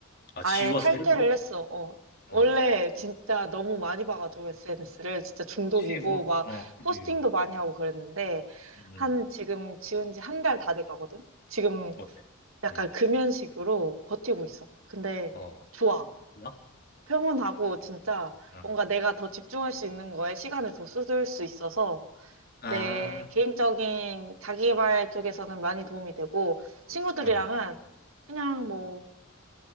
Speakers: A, on the left (about 50°); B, on the right (about 70°).
A: 아
B: 아예
A: 지웠어
B: 탈퇴를
A: 일부러?
B: 했어. 어.
A: 어.
B: 원래 진짜 너무 많이 봐가지고 SNS를 진짜 중독이고
A: 그치 뭐
B: 막
A: 어 그지.
B: 포스팅도 많이 하고 그랬는데
A: 음. 음.
B: 한 지금 지운 지 한 달 다 돼 가거든. 지금
A: 어때?
B: 약간
A: 응.
B: 금연식으로 버티고 있어. 근데
A: 어.
B: 좋아.
A: 나?
B: 평온하고 진짜
A: 응.
B: 뭔가 내가 더 집중할 수 있는 거에 시간을 더 쏟을 수 있어서
A: 아.
B: 내 개인적인 자기개발 쪽에서는 많이 도움이 되고 친구들이랑은
A: 응.
B: 그냥 뭐